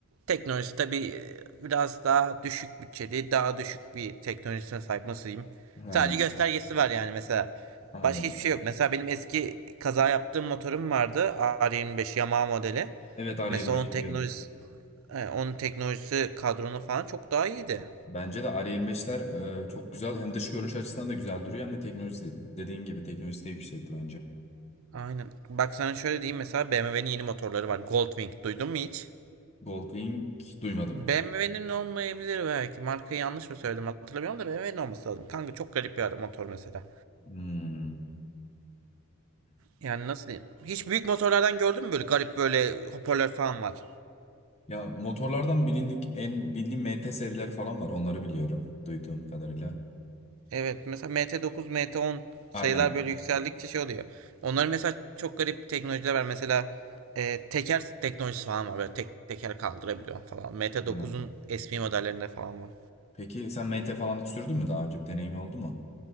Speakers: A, on the right; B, on the left.
A: teknolojisi tabii e, biraz daha düşük bütçeli, daha düşük bir teknolojisine sahip nasılayım.
B: Ha,
A: Sadece göstergesi var yani mesela.
B: anladım.
A: Başka hiçbir şey yok. Mesela benim eski kaza yaptığım motorum vardı. R25 Yamaha modeli.
B: Evet R25
A: Mesela onun teknolojisi,
B: biliyorum.
A: e, onun teknolojisi kadronu falan çok daha iyiydi.
B: Bence de R25'ler e, çok güzel. Hem dış görünüş açısından da güzel duruyor. Hem de teknolojisi dediğin gibi teknolojisi de yüksekti bence.
A: Aynen. Bak sana şöyle diyeyim mesela BMW'nin yeni motorları var. Goldwing. Duydun mu hiç?
B: Goldwing duymadım.
A: BMW'nin olmayabilir belki. Markayı yanlış mı söyledim hatırlamıyorum da BMW'nin olması lazım. Kanka çok garip bir adam motor mesela.
B: Hmm.
A: Yani nasıl diyeyim? Hiç büyük motorlardan gördün mü böyle garip böyle hoparlör falan var.
B: Ya motorlardan bilindik en bildiğim MT serileri falan var. Onları biliyorum duyduğum kadarıyla.
A: Evet mesela MT9, MT10 sayılar
B: Aynen.
A: böyle yükseldikçe şey oluyor. Onların mesela çok garip teknolojiler var. Mesela e, teker teknolojisi falan var. Böyle tek teker kaldırabiliyor falan. MT9'un
B: Ha.
A: eski modellerinde falan var.
B: Peki sen MT falan hiç sürdün mü daha önce? Bir deneyim oldu mu?